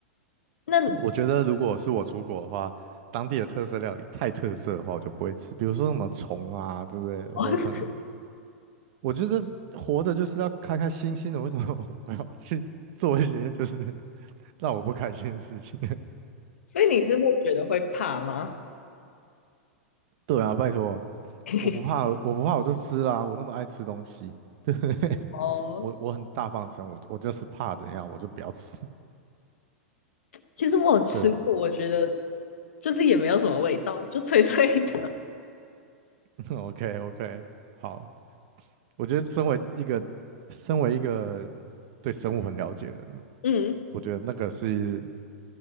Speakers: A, on the left (about 85°); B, on the right (about 55°).
A: 那
B: 我觉得如果是我出国的话，当地的特色料理太特色的话，我就不会吃。比如说什么虫啊之类的，
A: 哦
B: 我可能我觉得活着就是要开开心心的，为什么 <laughs> 我要去做一些就是 <laughs> 让我不开心的事情？
A: 所以你是会觉得会怕吗？
B: <laughs> 对啊，拜托，
A: <laughs>
B: 我不怕，我不怕，我就吃啦、我那么爱吃东西，<laughs> 对不对？
A: 哦，
B: 我我很大方承认我我就是怕怎样，我就不要吃。
A: 其实我有吃过，
B: <laughs> 对啊
A: 我觉得就是也没有什么味道，就脆脆的。
B: <laughs>，OK OK，好，我觉得身为一个身为一个对生物很了解的人，
A: <laughs> 嗯，
B: 我觉得那个是